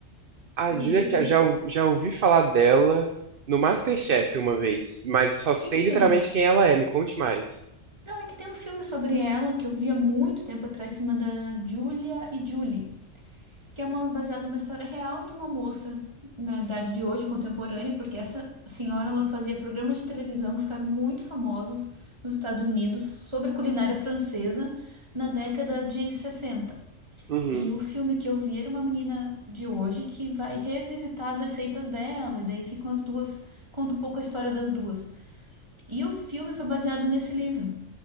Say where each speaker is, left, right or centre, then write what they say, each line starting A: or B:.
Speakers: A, on the right; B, on the right.
A: A
B: Não
A: Julia
B: sei se...
A: Ch- já ou- já ouvi falar dela no MasterChef uma vez, mas só sei
B: Então,
A: literalmente quem ela é, me conte mais.
B: não, é que tem um filme sobre ela que eu via muito tempo atrás chamada Julia e Julie. que é uma baseada numa história real de uma moça na idade de hoje, contemporânea, porque essa senhora ela fazia programas de televisão que ficaram muito famosos nos Estados Unidos sobre culinária francesa na década de 60.
A: Uhum.
B: E o filme que eu vi era uma menina de hoje que vai revisitar as receitas dela, e daí ficam as duas, conta um pouco a história das duas. E o filme foi baseado nesse livro.